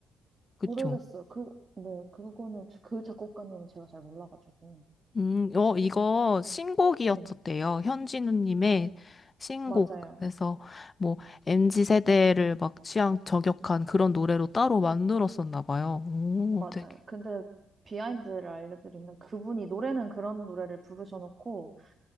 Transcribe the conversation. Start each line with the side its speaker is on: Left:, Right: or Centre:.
Left: 그쵸?
Right: 모르겠어요. 그, 네, 그거는, 저- 그 작곡가님은 제가 잘 몰라가지고.
Left: 음, 어 이거 신곡이었었대요.
Right: 네,
Left: 현진우님의 신곡.
Right: 맞아요.
Left: 그래서 뭐 MZ 세대를 막 취향 저격한 그런 노래로 따로 만들었었나 봐요. 오,
Right: 맞아요.
Left: 되게.
Right: 근데 비하인드를 알려드리면 그분이 노래는 그런 노래를 부르셔놓고